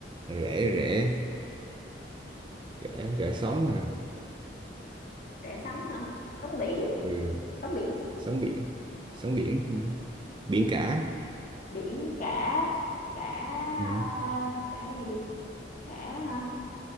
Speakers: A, on the right; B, on the left.
A: rẽ rẽ rẽ rẽ sóng mà
B: Rẽ sóng hả? Sóng biển,
A: ừ.
B: sóng biển,
A: sóng biển sóng biển ừ. biển cả
B: biển cả cả
A: ừ.
B: ờ, cả gì? Cả hả?